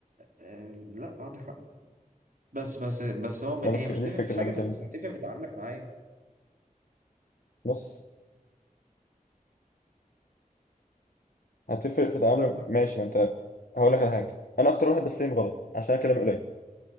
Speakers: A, on the right (about 70°); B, on the left (about 80°).
A: آه، لا عندك حق بس بس بس هو م-
B: ده
A: هي
B: بك...
A: مش
B: دي
A: هتفرق
B: الفكره
A: في حاجة
B: اللي بتكلم
A: بس
B: فيها
A: هتفرق في تعاملك معايا
B: بص هتفرق في تعاملك
A: فاهمك
B: ماشي ما انت هقول لك على حاجه انا اكتر واحد بتفهم غلط عشان أنا كلامي قليل